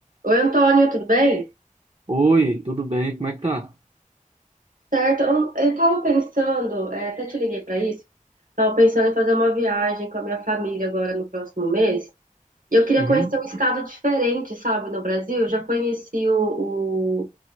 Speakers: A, on the right; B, on the right.
A: Oi, Antônio, tudo bem?
B: Oi, tudo bem? Como é que tá?
A: Certo, eu, eu tava pensando, é, até te liguei para isso, tava pensando em fazer uma viagem com a minha família agora no próximo mês, e eu queria
B: Uhum.
A: conhecer um estado diferente, sabe, no Brasil, Eu já conheci o, o-